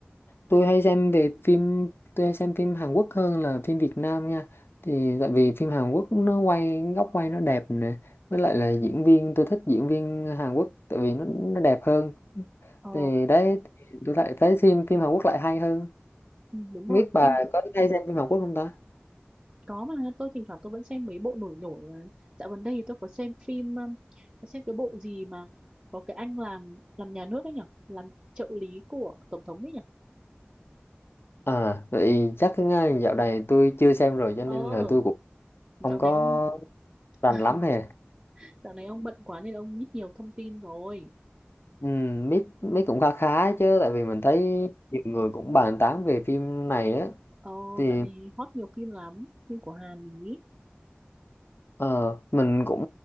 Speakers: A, on the left (about 70°); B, on the right (about 20°).
A: tôi hay xem về phim tôi hay xem phim Hàn Quốc hơn là phim Việt Nam nha thì tại vì phim Hàn Quốc nó quay góc quay nó đẹp nè với lại là diễn viên tôi thích diễn viên Hàn Quốc tại vì nó nó đẹp hơn
B: ờ
A: thì đấy thì tôi lại thấy phim phim Hàn Quốc lại hay hơn
B: ừ, đúng
A: không
B: rồi
A: biết bà
B: phim
A: có hay xem phim Hàn Quốc không ta
B: Có mà tôi thỉnh thoảng tôi vẫn xem mấy bộ nổi nổi mà. Dạo gần đây thì tôi có xem phim um, có xem cái bộ gì mà có cái anh làm làm nhà nước ấy nhỉ làm trợ lý của tổng thống ấy nhỉ
A: à vậy chắc ngay dạo này tôi chưa xem rồi cho
B: ờ
A: nên là tôi cũng
B: dạo
A: không có
B: này ông
A: rành
B: <laughs>
A: lắm hè
B: dạo này ông bận quá nên ông ít nhiều thông tin rồi
A: Ừ, biết biết cũng khá khá chứ tại vì mình thấy nhiều người cũng bàn tán về phim này á
B: ờ
A: thì
B: dạo này hot nhiều phim lắm phim của Hàn ý
A: ờ, mình cũng